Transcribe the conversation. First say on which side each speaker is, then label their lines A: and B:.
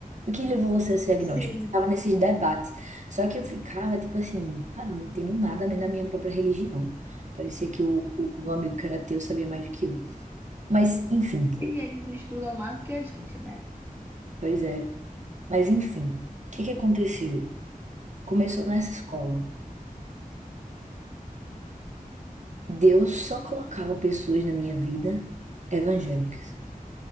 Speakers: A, on the right (about 55°); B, on the right (about 15°).
A: O que levou você a ser agnóstico?
B: sim.
A: Eu Ficava nesses debates. Só que eu ficava, tipo assim, cara, eu não entendo nada nem da minha própria religião. Parecia que o, o meu amigo que era ateu sabia mais do que eu. Mas, enfim,
B: E eles estudam mais do que a gente, né?
A: pois é. Mas, enfim, o que que aconteceu? Começou nessa escola. Deus só colocava pessoas na minha vida evangélicas.